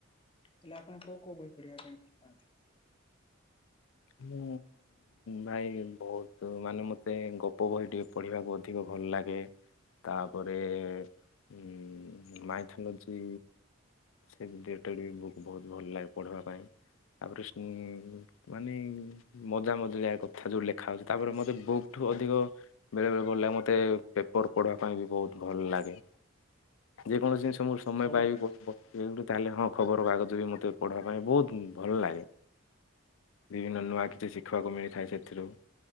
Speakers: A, on the left; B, on the left.
A: ହେଲେ ଆପଣ କୋଉ କୋଉ ବହି ପଢିବା ପାଇଁ ଭଲ ପାଆନ୍ତି।
B: ହୁଁ। ଭାଇ ବହୁତ ମାନେ ମୋତେ ଗପ ବହି ଟିକଏ ପଢ଼ିବାକୁ ଅଧିକ ଭଲ ଲାଗେ। ତାପରେ ଉଁ ମାଇଥନୋଜି ସେ ଟେଡ଼୍ ବି ବୁକ୍ ବହୁତ ଭଲ ଲାଗେ ପଢ଼ିବା ପାଇଁ ତାପରେ ମାନେ ମଜା ମଜାଳିଆକଥା ଯୋଉ ଲେଖା ହେଉଛି ତାପରେ ମୋତେ ବୁକଠୁ ଅଧିକ ବେଳେବେେଳେ ଭଲ ଲାଗେ ମୋତେ ପେପର୍ ପଢ଼ିବା ପାଇଁ ବି ବହୁତ ଭଲ ଲାଗେ? ଯେକୌଣ ଜିନିଷ ମୁ ସମୟ
A: ଖବର
B: ପାଇ
A: କାଗଜ।
B: ବିି ତାହେଲେ ହଁ ଖବରକାଗଜ ବି ମୋତେ ପଢ଼ିବା ପାଇଁ ବହୁତ ଭଲ ଲାଗେ ବିଭିନ୍ନ ନୂଆ କିଛି ଶିଖିବାକୁ ମିଳିଥାଏ ସେଥିରୁ